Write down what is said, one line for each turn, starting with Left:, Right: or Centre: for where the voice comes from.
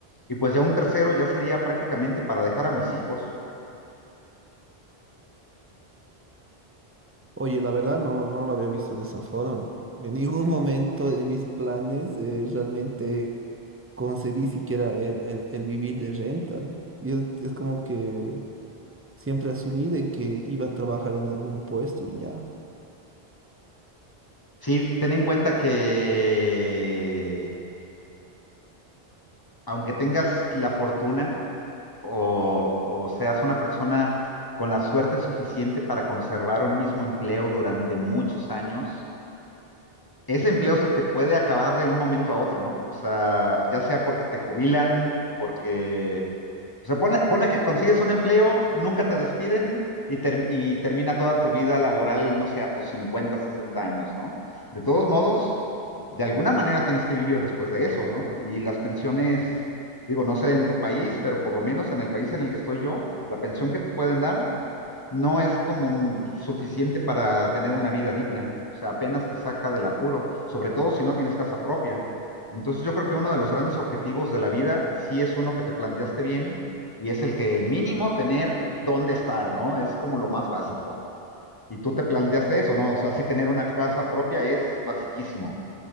Left: y pues ya un tercero ya sería prácticamente para dejar a mis hijos.
Right: Oye, la verdad no, no lo había visto de esa forma. En ningún <laughs> momento de mis planes eh, realmente concebí siquiera el, el- el vivir de renta. Y es, es como que siempre asumí de que iba a trabajar en algún puesto y ya.
Left: Sí, ten en cuenta que aunque tengas la fortuna o, o seas una persona con la suerte suficiente para conservar un mismo empleo durante muchos años, ese empleo se te puede acabar de un momento a otro, ¿no? O sea, ya sea porque te jubilan, porque... O sea, pone, pone que consigues un empleo, nunca te despiden y, ter- y termina toda tu vida laboral, no sé, a tus 50, 60 años, ¿no? De todos modos, de alguna manera tienes que vivir después de eso, ¿no? Y las pensiones, digo, no sé en tu país, pero por lo menos en el país en el que estoy yo, la pensión que te pueden dar no es como suficiente para tener una vida digna. O sea, apenas te saca del apuro, sobre todo si no tienes casa propia. Entonces yo creo que uno de los grandes objetivos de la vida sí es uno que te planteaste bien y es el que mínimo tener dónde estar, ¿no? Es como lo más básico. Y tú te planteaste eso, ¿no? O sea, sí tener una casa propia es basiquísimo.